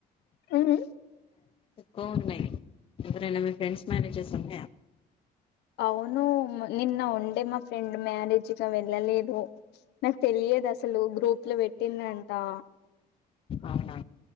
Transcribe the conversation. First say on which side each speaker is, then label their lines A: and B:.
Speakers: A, on the left (about 80°); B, on the left (about 30°).
A: ఉహ్ హు
B: కోవ్న్నయి ఎవరైనా మీ ఫ్రెండ్స్ మ్యారేజెస్ ఉన్నాయా.
A: అవును నిన్న ఉండే మా ఫ్రెండ్ మ్యారేజ్గా వెళ్లలేదు. నాక్ తెలి యాదసలు గ్రూప్ లో పెట్టిందంటా.
B: అవునా